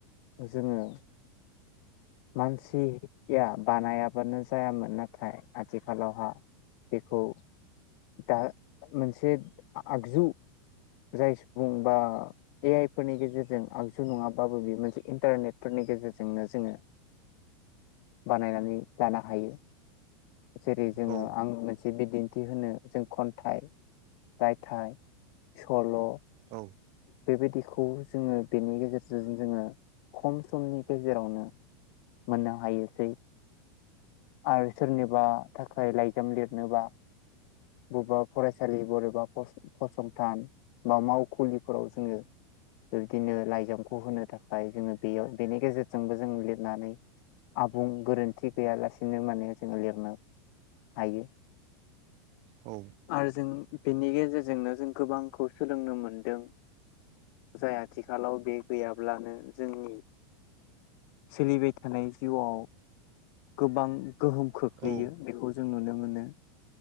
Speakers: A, on the left; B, on the right.
A: जोङो मानसिया बानायाबानो जायामोन नाथाय आथिखालावहा बेखौ दा मोनसे आगजु जाय सुबुं बा ए आइ फोरनि गेजेरजों आगजु नङाबाबो बेयो मोनसे इन्टारनेटफोरनि गेजेरजोंनो जोङो बानायनानै लानो हायो जेरै जोङो
B: औ
A: आं मोनसे बिदिन थि होनो जों खन्थाइ रायथाइ सल'
B: औ
A: बेबायदिखौ जोङो बेनि गेजेरजों जोङो खम समनि गेजेरावनो मोननो हायोसै आरो सोरनिबा थाखाय लाइजाम लिरनोबा बबेबा फरायसालि बबेबा फसंथान बा मावखुलिफोराव जोङो बिबदिनो लाइजामखौ होनो थाखाय जोङो बेयाव बेनि गेजेरजोंबो जों लिर नानै आबुं गोरोन्थि गैयालासेनो माने जोङो लिरनो हायो
B: औ
A: आरो जों बिनि गेजेरजोंनो जों गोबांखौ सोलोंनो मोनदों जाय आथिखालाव बे गैयाब्लानो जोंनि सोलिबाय थानाय जिउआव गोबां गोहोम खोख्लैयो
B: औ
A: बेखौ जों नुनो मोनो।